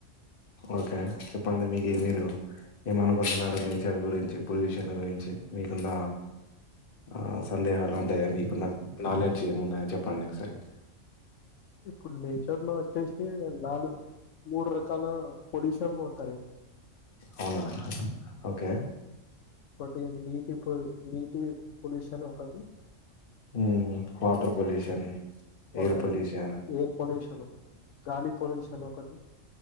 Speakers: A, on the left; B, on the left.
A: ఓకే చెప్పండి మీకు మీరు ఏమనుకుంటున్నారు నేచర్ గురించి పొల్యూషన్ గురించి మీకున్న ఆ సందేహాలు అంటే మీకున్న నాలెడ్జ్ ఏమున్నాయని చెప్పండి ఒకసారి
B: ఇప్పుడు నేచర్ లో వచ్చేసి నాలుగు మూడు రకాల పొల్యూషన్లుంటాయి
A: అవునా
B: హ్మ్
A: ఓకే
B: కొటియన్ ఇప్పు నీటి పొల్యూషన్ ఒకటి
A: హ్మ్ వాటర్ పొల్యూషన్
B: వా-
A: ఎయిర్
B: అదే
A: పొల్యూషన్
B: ఎయిర్ పొల్యూషన్ గాలి పొల్యూషన్ ఒకటి